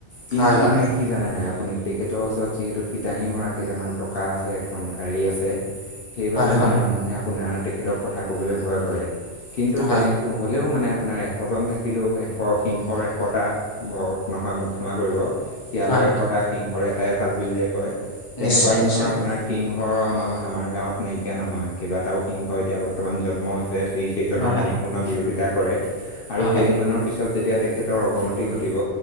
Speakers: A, on the left; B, on the left.
A: কিন্তু
B: হয়, হয়,
A: মানে কি জানে নাই আপুনি তেখেতৰ ওচৰত যিহেতু দাহি মৰা কেইটামান টকা আছে এখন গাড়ী আছে, সেইবাবে
B: হয়, হয়,
A: মানে মানুহে আপোনাৰ তেখেতক কথা ক'বলৈ ভয় কৰে কিন্তু
B: হয়।
A: তেনেক হ'লেও মানে আপোনাৰ এশজন থাকিলেও এশ সিংহৰ এশটা নহয় মোক ক্ষমা কৰিব, শিয়ালৰ
B: হয়,
A: এশটা সিংহৰ এটাই ভাল বুলিয় যে কয়। তেনেকুৱা
B: নিশ্চয়,
A: ধৰণৰ
B: নিশ্চয়,
A: আপোনাৰ সিংহ আমাৰ-আমাৰ গাঁৱত নাইকিয়া নহয়, কেইবাটাও সিংহ এতিয়া বৰ্তমান জন্ম হৈছে যি কেইজনৰ
B: হয়,
A: সম্পূৰ্ণ বিৰোধিতা কৰে আৰু
B: হয়,
A: কেইদিনমানৰ পিছত যেতিয়া তেখেতৰ অৱনতি ঘটিব